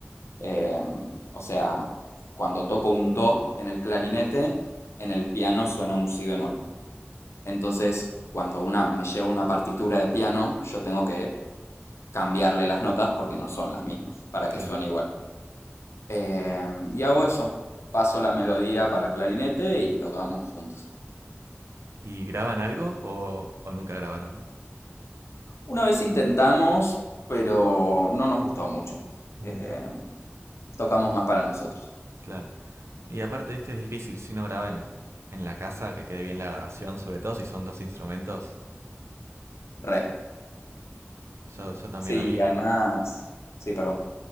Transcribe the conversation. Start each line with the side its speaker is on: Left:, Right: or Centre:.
Left: Eh, o sea, cuando toco un do en el clarinete, en el piano suena un si bemol. Entonces, cuando una me llega una partitura de piano, yo tengo que cambiarle las notas porque no son las mismas, para
Right: claro.
Left: que suene igual. Eh, y hago eso, paso la melodía para clarinete y tocamos juntos.
Right: ¿Y graban algo o, o nunca grabaron?
Left: Una vez intentamos, pero no nos gustó mucho.
Right: Mm,
Left: Eh, tocamos más para nosotros.
Right: claro. Y aparte, viste, es difícil si uno graba en, en la casa que quede bien la grabación, sobre todo si son dos instrumentos.
Left: Re.
Right: Yo, yo también,
Left: Sí,
Right: a mí
Left: además... Sí, perdón.